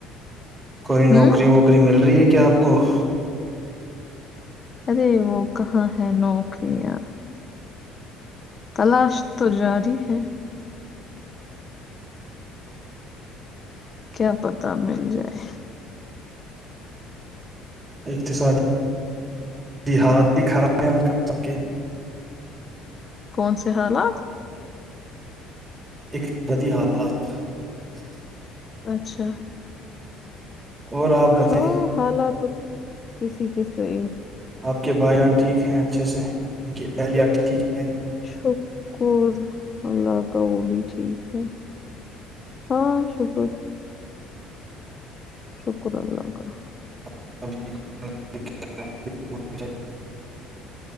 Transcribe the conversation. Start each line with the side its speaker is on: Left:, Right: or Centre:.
Right: کوئی نوکری
Left: ہوں
Right: ووکری مل رہی ہے کیا آپ کو <unintelligible>
Left: ارے وہ کہاں ہے نوکریاں تلاش تو جاری ہے کیا پتہ مل جائے
Right: ت ساد حالات ہی خراب ہے <unintelligible> تبکے <unintelligible>
Left: کون سے حالات؟
Right: ایک سدی حالت <unintelligible>
Left: اچھا
Right: اور آپ بتائیں
Left: ہاں حالات کسی کس طرح <unintelligible>
Right: آپ کے بھائی جان ٹھیک ہے اچھے سے ان کی اہلیہت ٹیک <unintelligible>
Left: شکر ہگ <unintelligible> کا وہ بھی ٹھیک ہے ہاں شکر <unintelligible> شک <unintelligible> شکر اللہ کا <unintelligible>
Right: <unintelligible>